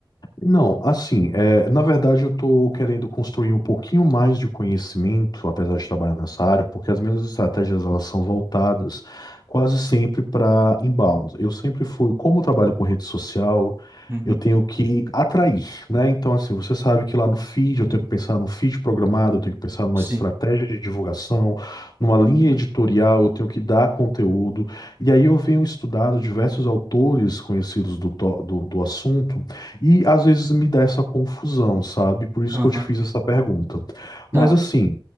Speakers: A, on the left (about 55°); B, on the right (about 30°).
A: Não, assim, é, na verdade eu estou querendo construir um pouquinho mais de conhecimento, apesar de trabalhar nessa área, porque as minhas estratégias elas são voltadas quase sempre para inbound. Eu sempre fui, como eu trabalho com rede social,
B: Uhum,
A: eu tenho que atrair, né? Então, assim, você sabe que lá no feed eu tenho que pensar no feed programado, eu tenho que pensar numa
B: sim.
A: estratégia de divulgação, numa linha editorial, eu tenho que dar conteúdo. E aí eu venho estudado diversos autores conhecidos do, to- do do assunto. E às vezes me dá essa confusão, sabe? Por isso
B: Aham.
A: que eu te fiz essa pergunta.
B: Tá,
A: Mas assim,